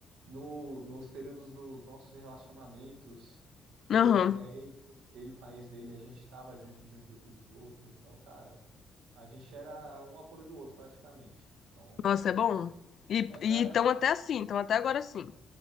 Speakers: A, on the right; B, on the left.
A: no, nos períodos dos nossos relacionamentos.
B: Aham.
A: Eu com minha ex, ele com a ex dele, a gente estava junto de um jeito ou de outro. Então, cara, a gente era um apoio do outro praticamente. Então,
B: Nossa, é bom. E
A: é, ca-
B: estão até assim, estão até agora assim.